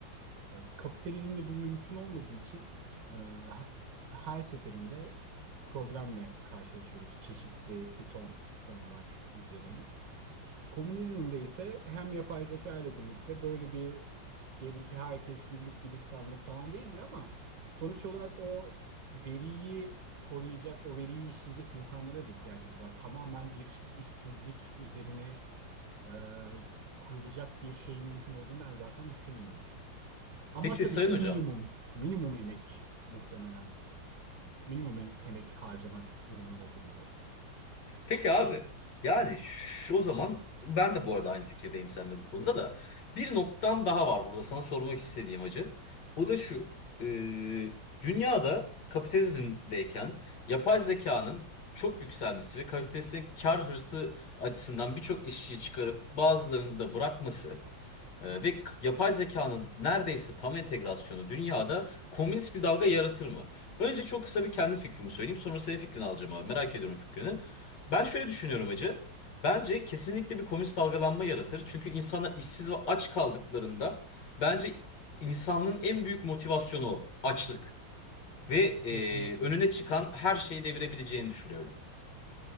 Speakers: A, on the right; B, on the left.
A: Ee, Kapitalizmde bu mümkün olmadığı için e, ha- her seferinde problemle karşılaşıyoruz çeşitli bir ton konular üzerine. Komünizmde ise hem yapay zeka ile birlikte böyle bir diyelim ki herkes güllük gülistanlık falan değildir ama sonuç olarak o veriyi koruyacak, o veriyi işleyecek insanlara da ihtiyacımız var. Tamamen bir işsizlik üzerine e, kurulacak bir şeyin mümkün olduğunu ben zaten düşünmüyorum. Ama
B: Peki
A: tabii
B: Sayın
A: ki
B: Hocam.
A: minimum, minimum emek muhtemelen, minimum e- emek harcamak durumunda kalacağız.
B: Peki abi. Yani şu o zaman ben de bu arada aynı fikirdeyim seninle bu konuda da. Bir noktam daha var burada sana sormak istediğim hacı. O da şu. e, dünyada kapitalizmdeyken yapay zekanın çok yükselmesi ve kapitalistin kar hırsı açısından birçok işçiyi çıkarıp bazılarını da bırakması Ee, Ve k- yapay zekanın neredeyse tam entegrasyonu dünyada komünist bir dalga yaratır mı? Önce çok kısa bir kendi fikrimi söyleyeyim, sonra senin fikrini alacağım abi. Merak ediyorum fikrini. Ben şöyle düşünüyorum hacı. Bence kesinlikle bir komünist dalgalanma yaratır. Çünkü insanlar işsiz ve aç kaldıklarında bence insanlığın en büyük motivasyonu o, açlık. Ve e,
A: Kesinlikle.
B: önüne çıkan her şeyi devirebileceğini düşünüyorum.